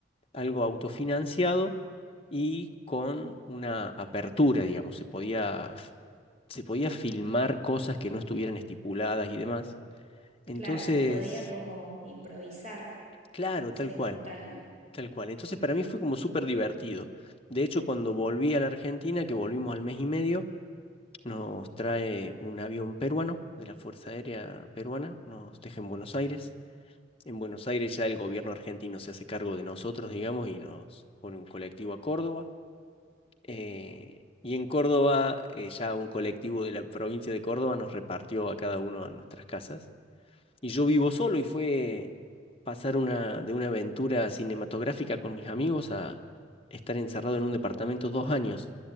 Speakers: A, on the left (about 30°); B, on the right (about 35°).
A: algo autofinanciado y con una apertura, digamos, se podía, f- se podía filmar cosas que no estuvieran estipuladas y demás. Entonces,
B: Claro, se podía como improvisar,
A: claro,
B: ser
A: tal
B: espontáneo.
A: cual. Tal cual. Entonces para mí fue como súper divertido. De hecho, cuando volví a la Argentina, que volvimos al mes y medio, nos trae un avión peruano de la Fuerza Aérea Peruana, nos deja en Buenos Aires. En Buenos Aires ya el gobierno argentino se hace cargo de nosotros, digamos, y nos pone un colectivo a Córdoba. Eh, y en Córdoba, eh, ya un colectivo de la provincia de Córdoba nos repartió a cada uno a nuestras casas. Y yo vivo solo y fue pasar una, de una aventura cinematográfica con mis amigos a estar encerrado en un departamento dos años.